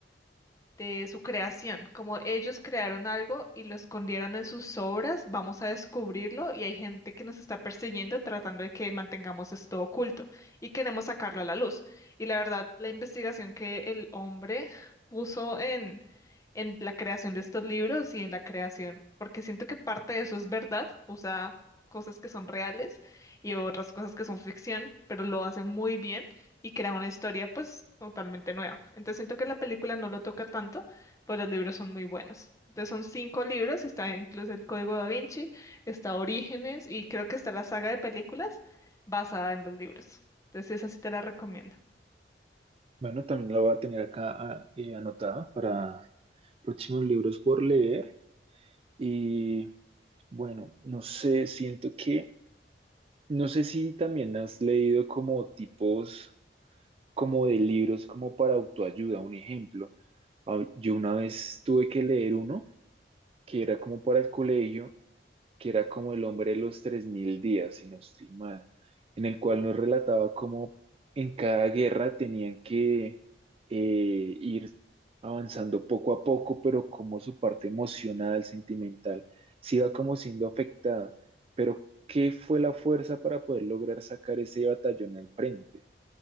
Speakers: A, on the left; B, on the right.
A: de su creación, como ellos crearon algo y lo escondieron en sus obras, vamos a descubrirlo y hay gente que nos está persiguiendo tratando de que mantengamos esto oculto y queremos sacarlo a la luz. Y la verdad, la investigación que el hombre puso en, en la creación de estos libros y en la creación, porque siento que parte de eso es verdad, usa cosas que son reales y otras cosas que son ficción, pero lo hace muy bien y crea una historia pues totalmente nueva. Entonces siento que la película no lo toca tanto, pero los libros son muy buenos. Entonces son cinco libros, y está incluso el Código da Vinci, está Orígenes y creo que está la saga de películas basada en los libros. Entonces esa sí te la recomiendo.
B: Bueno, también la voy a tener acá ah, eh, anotada para próximos libros por leer. Y bueno, no sé, siento que, no sé si también has leído como tipos como de libros como para autoayuda. Un ejemplo, a- yo una vez tuve que leer uno que era como para el colegio, que era como El hombre de los tres mil días, si no estoy mal, en el cual nos relataba cómo en cada guerra tenían que eh, ir avanzando poco a poco, pero como su parte emocional, sentimental, se iba como siendo afectada. Pero, ¿qué fue la fuerza para poder lograr sacar ese batallón al frente?